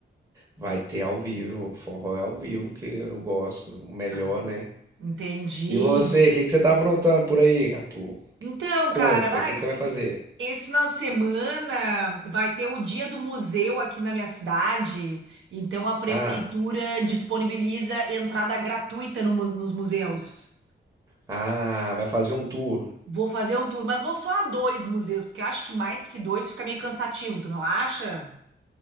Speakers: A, on the right (about 15°); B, on the right (about 75°).
A: Vai ter ao vivo, forró é ao vivo que eu gosto, o melhor,
B: Ah,
A: né?
B: entendi,
A: E você, o que que você tá aprontando por aí, Catu?
B: Então,
A: Conta,
B: cara, mas
A: o que que você vai fazer?
B: esse final de semana vai ter o dia do museu aqui na minha cidade. Então, a prefeitura
A: Ah,
B: disponibiliza entrada gratuita no mu- nos museus.
A: ah, vai fazer um tour.
B: Vou fazer um tour, mas vou só a dois museus, porque acho que mais que dois fica meio cansativo, tu não acha?